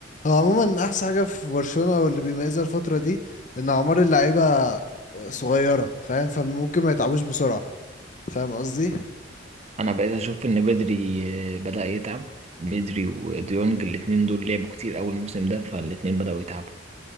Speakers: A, on the left; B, on the right.
A: هو عموما احسن حاجة في برشلونة واللي بيميزها الفترة دي ان اعمار اللعيبة صغيرة فاهم فممكن ما يتعبوش بسرعة فاهم قصدي
B: انا بقيت اشوف ان بدري آه، بدأ يتعب بدري وديونج الاتنين دول لعبوا كتير اول موسم ده فالاتنين بدأوا يتعبوا